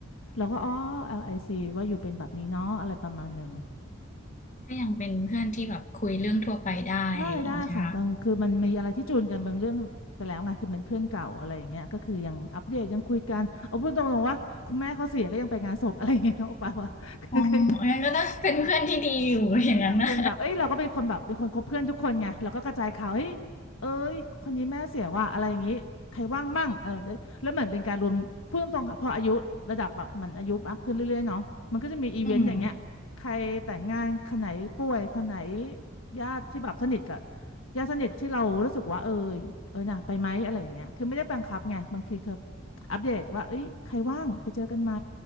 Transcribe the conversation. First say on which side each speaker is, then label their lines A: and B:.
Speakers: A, on the left; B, on the left.
A: เราก็อ๋อ LIC ว่าอยู่เป็นแบบนี้เนาะอะไรประมาณหนึ่ง
B: ก็ยังเป็นเพื่อนที่แบบคุยเรื่องทั่วไปได้อย่างงี้ใช่ไหมคะ
A: ได้ได้ค่ะบางคือมันมีอะไรที่จูนกันบางเรื่องไปแล้วไงคือเป็นเพื่อนเก่าอะไรอย่างเงี้ยก็คือยังอัปเดตยังคุยกันเอาพูดตรงๆว่าคุณแม่เขาเสียก็ยังไปงานศพอะไรอย่างเงี้ยนะโอปาว่า <laughs> คือก็ยัง
B: อ๋องั้นก็ต้องเป็นเพื่อนที่ดีอยู่อย่างนั้นนะ
A: ก็ยังเป็นแบบเอ้ยเราก็เป็นคนแบบเป็นคนคบเพื่อนทุกคนไงเราก็กระจายข่าว เฮ้ยเอ้ยคนนี้แม่เสียว่ะอะไรอย่างงี้ ใครว่างมั่งเออแล้วเหมือนเป็นการรวมพูดตรงๆค่ะพออายุระดับแบบเหมันอายุมากขึ้นเรื่อยๆเนาะมันก็จะมีอีเวนต์อย่างเงี้ยใครแต่งงานคนไหนป่วยคนไหน
B: อืม
A: ญาติที่แบบสนิทกับญาติสนิทที่เรารู้สึกว่าเออเออน่ะไปไหมอะไรอย่างเงี้ยคือไม่ได้บังคับไงบางทีคืออัปเดตว่าเอ้ยใครว่างไปเจอกันไหม